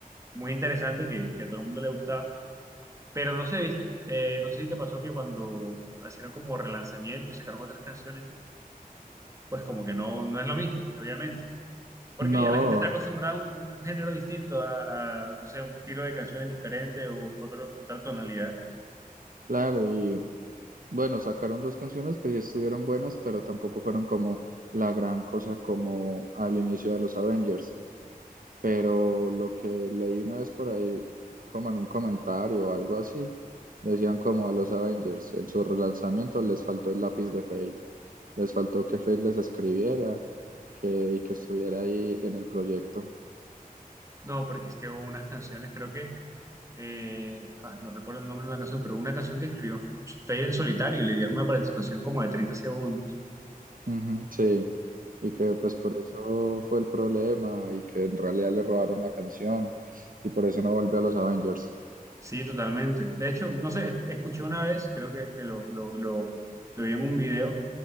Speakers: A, on the right; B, on the right.
A: muy interesantes que, que a todo el mundo le gustaba. Pero no sé, vis- eh, no sé si te pasó que cuando hicieron como relanzamiento y sacaron otras canciones, pues como que no, no es lo mismo, y obviamente. Porque
B: No,
A: ya la gente está acostumbrada a un, un género distinto, a, a, no sé, un estilo de canciones diferente o otro, otra tonalidad.
B: claro, y bueno, sacaron dos canciones que sí estuvieron buenas, pero tampoco fueron como la gran cosa como al inicio de los Avengers. pero lo que leí una vez por ahí, como en un comentario o algo así, decían como a los Avengers, en sus relanzamientos les faltó el lápiz de Fate, les faltó que Fate les escribiera que, y que estuviera ahí en el proyecto.
A: No, porque es que hubo unas canciones, creo que, eh, ah, no recuerdo el nombre de una canción, pero una canción que escribió Fade en solitario y le dieron una participación como de 30 segundos.
B: Ujú, sí, y que pues por eso fue el problema y que en realidad le robaron la canción y por eso no volvió a los Avengers.
A: Sí, totalmente. De hecho, no sé, escu- escuché una vez, creo que, que lo, lo, lo, lo vi en un video,